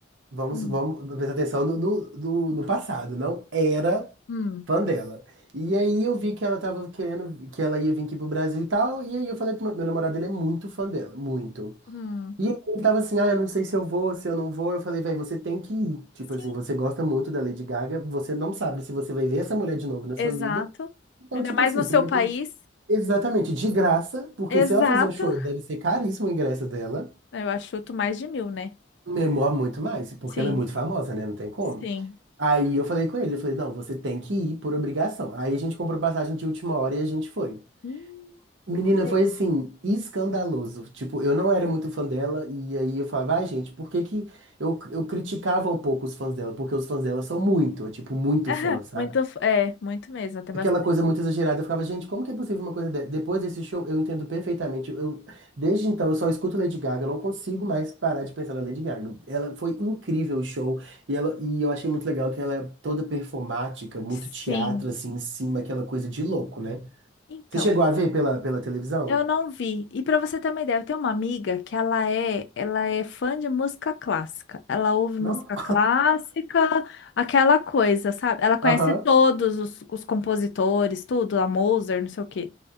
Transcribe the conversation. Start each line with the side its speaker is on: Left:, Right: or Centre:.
Right: vamos,
Left: Hum.
Right: vamos prestar atenção no, no, do- no passado, não era
Left: Hum.
Right: fã dela. E aí eu vi que ela tava querendo, que ela ia vir aqui pro Brasil e tal, e aí eu falei que meu meu namorado, ele é muito fã dela, muito.
Left: Hum,
Right: E ele tava assim, ah, eu não sei se eu vou, se eu não vou. Eu falei, velho, você tem que ir. Tipo
Left: sim,
Right: assim, você gosta muito da Lady Gaga, você não sabe se você vai ver essa mulher de novo na
Left: exato.
Right: sua vida. Então,
Left: Ainda
Right: tipo
Left: mais
Right: assim,
Left: no seu
Right: tem que
Left: país.
Right: aproveitar. Exatamente, de graça, porque
Left: Exato.
Right: se ela fazer um show, deve ser caríssimo o ingresso dela.
Left: Eu achuto mais de mil, né?
Right: Memor muito mais, porque
Left: Sim,
Right: ela é muito famosa, né? Não tem como.
Left: sim.
Right: Aí eu falei com ele, eu falei, não, você tem que ir por obrigação. Aí a gente comprou passagem de última hora e a gente foi.
Left: Hum,
Right: Menina,
Left: sei.
Right: foi assim, escandaloso. Tipo, eu não era muito fã dela, e aí eu falava, ai, gente, por que que. Eu, eu criticava um pouco os fãs dela, porque os fãs dela são muito, tipo, muito
Left: <laughs>
Right: fã, sabe?
Left: Muito, f- é, muito mesmo, tem
Right: Aquela
Left: bastante.
Right: coisa muito exagerada, eu ficava, gente, como que é possível uma coisa dessa? Depois desse show, eu entendo perfeitamente. Eu, desde então, eu só escuto Lady Gaga, eu não consigo mais parar de pensar na Lady Gaga. Ela foi incrível o show, e, ela, e eu achei muito legal que ela é toda performática, muito
Left: Sim.
Right: teatro, assim, em cima, aquela coisa de louco, né?
Left: Então,
Right: Você chegou a ver pela, pela televisão?
Left: eu não vi. E pra você ter uma ideia, eu tenho uma amiga que ela é, ela é fã de música clássica. Ela ouve
Right: Não?
Left: música clássica, aquela coisa, sabe? Ela conhece
Right: Aham,
Left: todos os, os compositores, tudo, a Mozart, não sei o quê.